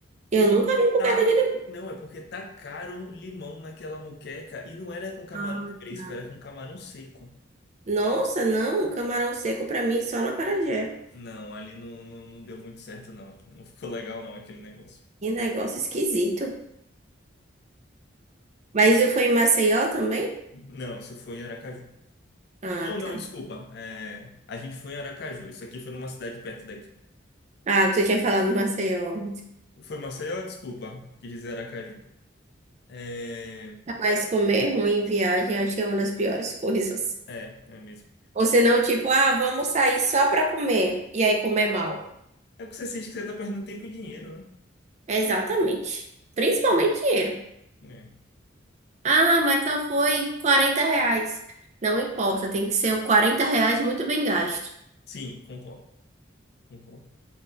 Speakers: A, on the left; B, on the right.
A: porque
B: Eu nunca vi bucata
A: tá.
B: de limão.
A: Não, é porque tacaram limão naquela moqueca e não era com camarão
B: Ah,
A: fresco,
B: tá.
A: era com camarão seco.
B: Nossa, não, camarão seco pra mim só no acarajé.
A: Não, ali não, não, não deu muito certo, não. Não ficou legal, não, aquele negócio.
B: Que negócio esquisito. Mas isso foi em Maceió também?
A: Não, isso foi em Aracaju.
B: Ah,
A: Ou
B: tá.
A: não, desculpa. É, a gente foi em Aracaju. Isso aqui foi numa cidade perto daqui.
B: Ah, o que você tinha falado em Maceió.
A: Foi Maceió, desculpa. Quis dizer Aracaju. É,
B: Mas comer ruim em viagem acho que é uma das piores <laughs> coisas.
A: é, é mesmo.
B: Ou senão, tipo, ah, vamos sair só pra comer. E aí comer mal.
A: É o que você sente que você tá perdendo tempo e dinheiro,
B: É Exatamente. Principalmente dinheiro.
A: né? É.
B: Ah, mas só foi 40 reais. Não importa, tem que ser o 40 reais muito bem gasto.
A: Sim, concordo, concordo.